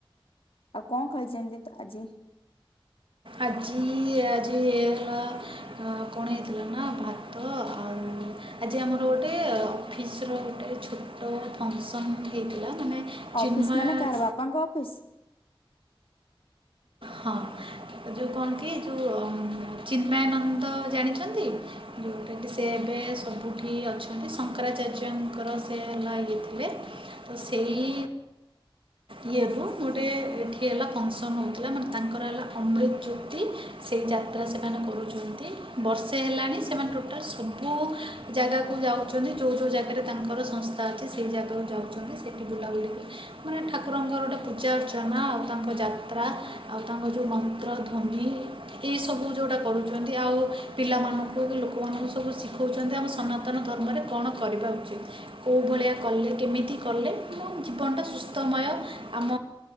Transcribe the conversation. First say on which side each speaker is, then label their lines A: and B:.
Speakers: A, on the left (about 75°); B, on the right (about 65°).
A: ଆଉ କଁ ଖାଇଚନ୍ତି ତ୍ ଆଜି?
B: ଆଜି ଆଜିଇ ହେଲା ଆ କଣ ହେଇଥିଲା ନା ଭାତ ଆଉ ଆଜି ଆମର ଗୋଟେ ଅଫିସ ର ଗୋଟେ ଛୋଟ ଫଙ୍କସନ୍ ହେଇଥିଲା, ମାନେ
A: ଅଫିସ୍
B: ଚିନ୍ମୟ
A: ମାନେ କାହାର ବାପାଙ୍କ ଅଫିସ୍?
B: ହଁ ଯୋଉ କଅଁନ୍ତି ଯୋଉ ଅ ଉଁ ଚିନ୍ମୟାନନ୍ଦ ଜାଣିଚନ୍ତି? ଯଉଟାକି ସେ ଏବେ ସବୁଠି ଅଛନ୍ତି ଶଙ୍କରାଚାର୍ଯ୍ୟଙ୍କର ସେ ହେଲା ଇଏ ଥିଲେ। ତ ସେଇ ଇଏ ରୁ ଗୋଟେ ଏଠି ହେଲା ଫଙ୍କ୍ସନ୍ ହଉଥିଲା ମାନେ ତାଙ୍କର ଏଲା ଅମୃତ ଜ୍ୟୋତି, ସେଇ ଯାତ୍ରା ସେମାନେ କରୁଛନ୍ତି ବର୍ଷେ ହେଲାଣି ସେମାନେ ଟୋଟାଲ୍ ସବୁ ଜାଗାକୁ ଯାଉଚନ୍ତି ଯୋଉ ଯୋଉ ଜାଗାରେ ତାଙ୍କର ସଂସ୍ଥା ଅଛି ସେ ଜାଗାକୁ ଯାଉଛନ୍ତି ସେଠି ବୁଲାବୁଲିି ମାନେ ଠାକୁରଙ୍କର ଟେ ପୂଜା ଅର୍ଚ୍ଚନା ଆଉ ତାଙ୍କ ଯା ତ୍ରା ଆଉ ତାଙ୍କ ଯୋଉ ମନ୍ତ୍ର ଧ୍ୱନି ଏଇ ସବୁ ଯୋଉା ଗୁଡା କରୁଛନ୍ତି ଆଉ ପିଲା ମାନଙ୍କୁ କି ଲୋକମାନଙ୍କୁ ସବୁ ଶିଖଉଚନ୍ତି ଆମ ସନାତନ ଧର୍ମରେ କଣ କରିବା ଉଚିତ୍ କୋଉ ଭଳିଆ କଲେ କେମିତି କଲେ ମୋ ଜୀବନଟା ସୁସ୍ଥମୟ ଆମ